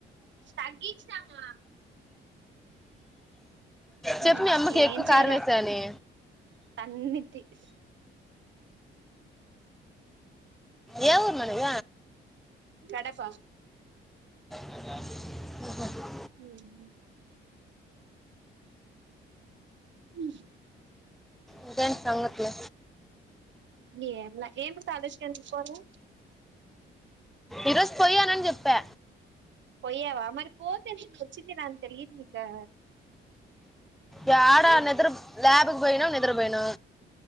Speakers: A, on the right (about 60°); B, in the centre.
A: స్టాగ్ ఇచ్చినామా
B: చెప్పు
A: ఉ నువ్
B: మీ అమ్మకి ఎక్కువ
A: ఏం చేయాల
B: కారం వేసాయని
A: అన్ని తీ <inaudible>
B: ఏ ఊరు మనది
A: కడప
B: ఆహా
A: ఉహు ఉ
B: ఇంకా ఏం సంగత్లే
A: నీ ఏంలా ఏమి కాలేజ్ కి ఎందుకు పోలే
B: ఈరోజు పోయానని చెప్పా
A: పోయ్యావా మరి పోతే నిన్న వచ్చింది రాన్ ది తెలియదు నికా
B: యాడా నెదరు ల్యాబ్ కు పోయినము నిద్రా పోయినం